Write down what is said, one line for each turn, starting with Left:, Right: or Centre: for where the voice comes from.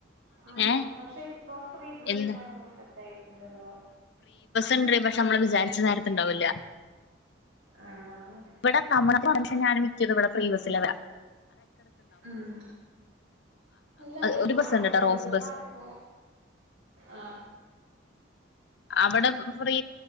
Right: ആഹ്
Left: ഏ
Right: പക്ഷെ ഇപ്പൊ ഫ്രീ ബസും
Left: എന്ത്
Right: കാര്യങ്ങളും സെറ്റ് ആയിട്ടുണ്ടല്ലേ
Left: ഉണ്ടടി പക്ഷെ നമ്മള് വിചാരിച്ച നേരത്തണ്ടാവൂല്ല
Right: ആഹ്
Left: ഇവിടൊ കമന ഞാൻ മിക്കിയത് ഇവിടെ ഫ്രീ ബസ്സില വരാ
Right: ഉം ഇല്ല ഇപ്പൊ
Left: ഒരു ബസ്
Right: പൊതുവായിരരുന്നു
Left: ഉണ്ട് ട്ടോ റോസ് ബസ്
Right: പാലക്ക ആ
Left: അവിടെ ഫ്രീ